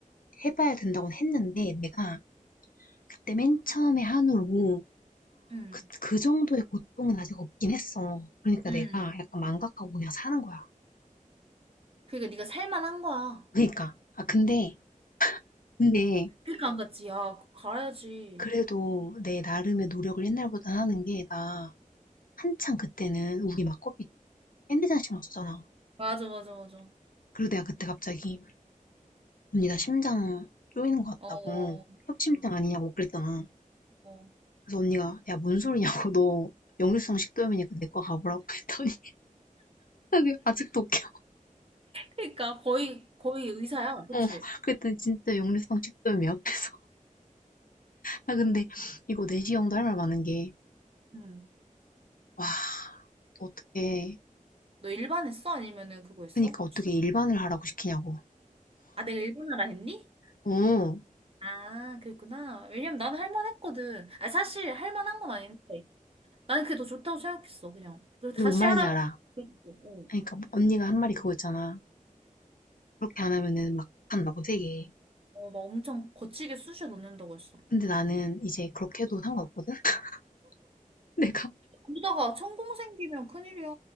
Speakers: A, on the left; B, on the right.
A: 해봐야 된다고 했는데 내가 그때 맨 처음에 한후로
B: 응.
A: 그, 그 정도의 고통은 아직 없긴 했어. 그러니까
B: 응.
A: 내가 약간 망각하고 그냥 사는 거야.
B: 그러니까 네가 살만한 거야.
A: 그러니까 아 근데 근데
B: 그러니까 안 갔지. 야, 그거 가야지.
A: 그래도 내 나름의 노력을 옛날보다 하는 게나 한창 그때는 우리 막 코피 밴드장 신경 었잖아
B: 맞아, 맞아, 맞아.
A: 그리고 내가 그때 갑자기 언니 나 심장 쪼이는 것 같다고
B: 어,
A: 협심증
B: 어.
A: 아니냐고 그랬잖아.
B: 어.
A: 그래서 언니가 야 뭔 소리냐고 너 역류성 식도염이니까 내과 가보라고 했더니 <laughs> 그게 아직도 웃겨.
B: 그러니까 거의, 거의 의사야. 그치?
A: 어 그랬더니 진짜 역류성 식도염이야. 그래서 아 근데 이거 내시 형도 할 말 많은 게
B: 응.
A: 와 어떻게
B: 너 일반 했어? 아니면은 그거 했어?
A: 그러니까 어떻게
B: 수-
A: 일반을 하라고 시키냐고.
B: 아, 내가 일반하라 했니?
A: 어
B: 아, 그랬구나. 왜냐면 나는 할만했거든. 아, 사실 할만한 건 아닌데. 나는 그게 더 좋다고 생각했어, 그냥. 그리고
A: 근데
B: 다시
A: 뭔 말인지
B: 하라면,
A: 알아.
B: 그랬고,
A: 그러니까 언니가 한 말이 그거 있잖아. 그렇게 안 하면은 막 한다고 세게.
B: 어, 어, 막 엄청 거치게 쑤셔 넣는다고 했어.
A: 근데 나는 이제 그렇게 해도 상관없거든? <laughs> 내가,
B: 그러다가 천공 생기면 큰일이야.